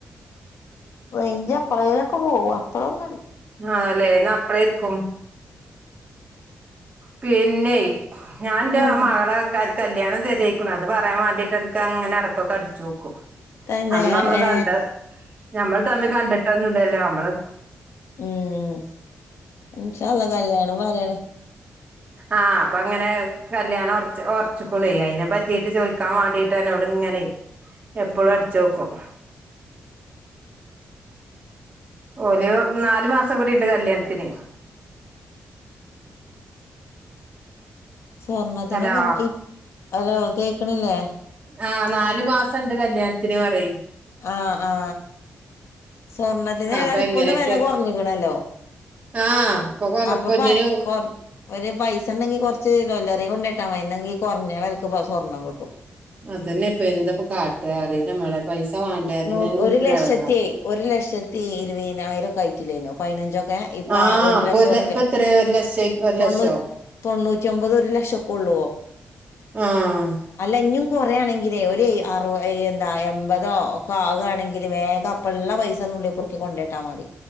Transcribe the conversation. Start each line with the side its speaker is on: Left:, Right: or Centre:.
Left: റെയിഞ്ച് എപ്പഴേയിലൊക്കെ പോകും അപ്പഴ ഒന്നും
Right: ആ അല്ലെ എന്നാ അപ്പഴരിക്കും പിന്നെ ഞാൻ എൻ്റെ
Left: അള്ളാ
Right: മകളെക്ക കല്യാണം തര അത് പറയാൻ വേണ്ടീട്ട് എനക്ക് അങ്ങനെ ഇടക്കൊക്കെ അടചോക്കും
Left: തന്നെ
Right: അന്ന് നമ്മള്
Left: ഏ
Right: കണ്ട ഞമ്മൾ തമ്മി കണ്ടിട്ടന്നല്ലല്ലോ നമ്മള്
Left: മ്മ് ഇന്ഷാ അല്ലാഹ് കല്യാണം പറാ
Right: ആ അപ്പൊ അങ്ങനെ കല്യാണം ഉറച്ചിക്കുണ അതിനെ പറ്റിട്ട് ചോദിക്കാൻ വേണ്ടീട്ട് എന്നോട് ഇങ്ങനെ എപ്പോഴും അടച്ച്ക്കും ഓലോ നാലു മാസം കൂടിണ്ട് കല്യാണത്തിന്
Left: സ്വർണത്തിനൊക്കെ
Right: ഹലോ
Left: എന്താ ഹലോ കേക്കണില്ലേ
Right: ആ നാലു മാസം ഉണ്ട് കല്യാണത്തിന് പറയും
Left: ആ ആ സ്വർണ്ണത്തിന്
Right: ആഹ്
Left: ഏതാൽ
Right: അപ്പൊ എങ്ങനെയൊക്കെ
Left: ഇപ്പൊന്ന് വില കുറഞ്ഞിക്കണല്ലോ
Right: ആഹ് ഇപ്പൊ കൊറ
Left: അപ്പൊ
Right: പൊന്നിന്
Left: പ കൊ ഒരു പൈസ ഉണ്ടെങ്കി കൊറച്ച് ജ്വല്ലറി കൊണ്ട ഇട്ടാ മതി ന്നാ ഈ കുറഞ്ഞ വിലക്ക് സ്വർണ്ണം കിട്ടും
Right: അതന്നെ ഇപ്പൊ എന്തപ്പ കാട്ട് ആ അറീല മോളെ പൈസ. വാണ്ടേ അതിനന്നെ
Left: ന ഒരു
Right: ഇപ്പൊ
Left: ലക്ഷത്തി
Right: എടങ്ങേറ്
Left: ഒരു ലക്ഷത്തി ഇരുപതിനായിരം ഒക്കെ ആയിട്ടില്ലേനോ പതിനഞ്ചൊക്കെ <unintelligible> ഇപ്പൊ
Right: ആഹ്
Left: ആ ഒരു
Right: ഇപ്പൊ
Left: ലക്ഷംറുപ്യ
Right: ഇപ്പൊ എത്രേ ഒരു ലക്ഷായി ഒരു
Left: തൊണ്ണൂറ്റി
Right: ലക്ഷോ
Left: തൊണ്ണൂറ്റി ഒമ്പത് ഒരു ലക്ഷക്കെ ഉള്ളുവോ
Right: ആഹ്
Left: അല്ലഞ്ഞും കുറയാണെങ്കിലേ ഒരു അറു എന്താ എൺപതോക്ക ആകുകണെങ്കിൽ വേഗ അപ്പഴ ഉള്ള പൈസ ന്നുള്ളി പെറുക്കി കൊണ്ടേട്ടാ മതി